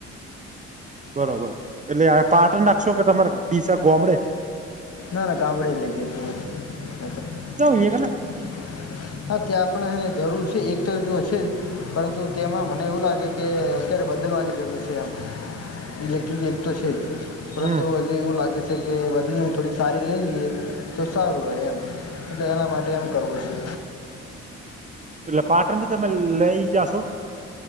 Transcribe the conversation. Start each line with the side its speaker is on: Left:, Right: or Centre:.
Right: બરોબર એટલે પાટણ નાખશો કે તમારા ડીસા ગોમડે
Left: ના ના ગામડે જ લઈ જશુ બધું
Right: ક્યાં
Left: <inaudible> હા ત્યાં પણ જરૂર છે એક તો જો છે પરંતુ તેમાં મને એવું લાગે કે અત્યારે બદલવાની જરૂર છે એમ. ઇલેક્ટ્રિક એક તો છે પરંતુ
Right: હમ
Left: હજી એવું લાગે છે કે બદલીને થોડી સારી લઈ લઈએ તો સારું રહે એમ એટલે એના માટે એમ કરવું છે.
Right: એટલે પાટણ થી તમે લઈ જાશો.